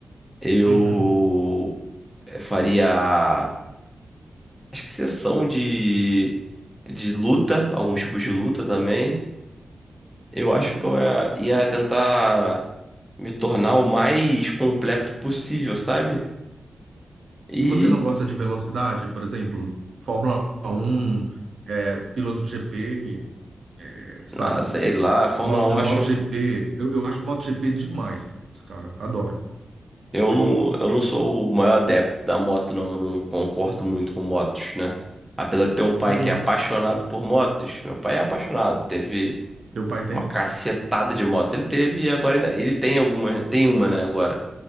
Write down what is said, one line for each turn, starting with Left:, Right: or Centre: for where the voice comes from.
Centre: Eu
Right: Uhum,
Centre: é, faria. Acho que sessão de, de luta, alguns tipos de luta também. Eu acho
Right: uhum.
Centre: que eu ia ia tentar me tornar o mais completo possível, sabe? E,
Right: E você não gosta de velocidade, por exemplo, Fórmula Um, é, piloto de GP, é, sabe?
Centre: ah, sei lá, a Fórmula
Right: Moto,
Centre: Um acho
Right: MotoGP. Eu, eu acho MotoGP demais, cara. Adoro.
Centre: Eu não, eu não sou o maior adepto da moto, não. Eu não concordo muito com motos, né? Apesar de ter um pai
Right: Uhum.
Centre: que é apaixonado por motos, meu pai é apaixonado. Teve
Right: Teu pai tem?
Centre: uma cacetada de motos. Ele teve e agora ainda. Ele tem alguma, tem uma, né, agora.